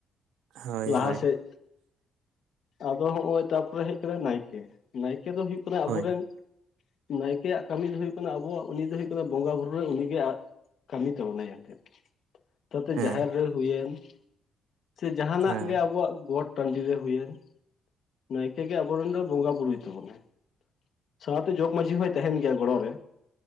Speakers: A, on the right; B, on the left.
A: ᱦᱳᱭ
B: ᱞᱟᱦᱟ
A: ᱦᱳᱭ
B: ᱥᱮᱫ ᱟᱫᱚ ᱦᱚᱜ ᱚᱭ ᱛᱟᱯᱚᱨᱮ ᱦᱮᱡ ᱠᱟᱱᱟ ᱱᱟᱭᱠᱮ ᱱᱟᱭᱠᱮ ᱫᱚ ᱦᱩᱭᱩᱜᱭᱳᱜ ᱠᱟᱱᱟ ᱦᱩᱭᱩᱜ ᱠᱟᱱᱟ
A: ᱦᱳᱭ
B: ᱟᱵᱚᱨᱮᱱ ᱱᱟᱭᱠᱮᱭᱟᱜ ᱠᱟᱹᱢᱤ ᱫᱚ ᱦᱩᱭᱩᱜ ᱠᱟᱱᱟ ᱟᱵᱚᱣᱟᱜ ᱩᱱᱤ ᱫᱚ ᱦᱩᱭᱩᱜ ᱠᱟᱱᱟ ᱵᱚᱸᱜᱟ ᱵᱩᱨᱩ ᱨᱮ ᱩᱱᱤᱜᱮ ᱠᱟᱹᱢᱤ ᱛᱟᱵᱚᱱᱟᱭ ᱮᱱᱛᱮᱫ ᱛᱟᱛᱮ
A: ᱦᱮᱸ
B: ᱡᱟᱦᱮᱨ ᱨᱮ ᱦᱩᱭᱮᱱ ᱥᱮ ᱡᱟᱦᱟᱱᱟᱜ
A: ᱦᱮᱸ
B: ᱜᱮ ᱟᱵᱚᱣᱟᱜ ᱜᱚᱴ ᱴᱟᱺᱰᱤ ᱨᱮ ᱦᱩᱭᱮᱱ ᱱᱟᱭᱠᱟᱹᱜ ᱜᱮ ᱟᱵᱚᱨᱮᱱ ᱫᱚ ᱵᱚᱸᱜᱟ ᱵᱩᱨᱩᱭ ᱛᱟᱵᱚᱱᱟᱭ᱾ ᱥᱟᱶᱛᱮ ᱡᱚᱜᱽ ᱢᱟᱺᱡᱷᱤ ᱦᱚᱭ ᱛᱟᱦᱮᱱ ᱜᱮᱭᱟ ᱜᱚᱲᱚ ᱨᱮ᱾